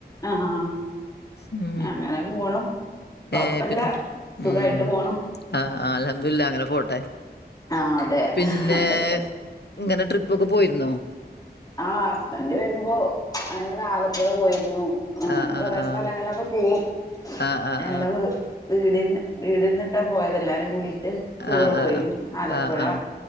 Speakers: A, on the left (about 20°); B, on the left (about 75°).
A: ആഹ്
B: ഉ
A: അങ്ങനെ പോണു കൊഴപ്പല്ല
B: ഏ പിന്നെ
A: സുഖായിട്ട്
B: ഉം
A: പോണു
B: ആഹ് ആഹ് അൽഹംദുല്ല അങ്ങനെ പോട്ടെ
A: ആഹ് അതെ
B: പിന്നെ.
A: അത്ര തന്നെ
B: ണ്ടെന്ന് ട്രിപ്പൊക്കെ പോയിരുന്നോ.
A: ആ ഹസ്ബൻഡ് വരുമ്പോ ഞങ്ങള് ആലപ്പുഴ പോയിര്ന്നു. അങ്ങനെ
B: ആഹ്
A: കൊറെ
B: ആഹ് ആഹ്
A: സ്ഥലങ്ങളൊക്കെ പോവും
B: ആഹ് ആഹ്
A: ഞങ്ങളത്. വീടിര്ന്ന് വീടര്ന്നിട്ടാ പോയത് എല്ലാരുംകൂടിട്ട്. ടൂറ്
B: ആഹ്.
A: പോയിര്ന്ന് ആലപ്പുഴ
B: ആഹ് ആഹ്.